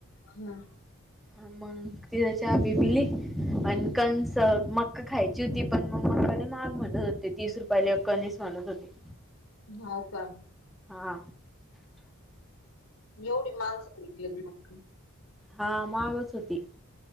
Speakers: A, on the left; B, in the centre.
A: हा,
B: हा मग तिथ चहा बी पिली. अन् कणसं मका खायची होती. पण मग मका लई माहाग म्हणत होते. तीस रुपयाले एक कणीस म्हणत होते.
A: हो का,
B: हा,
A: एवढी माग <unintelligible>
B: हा मागच होती.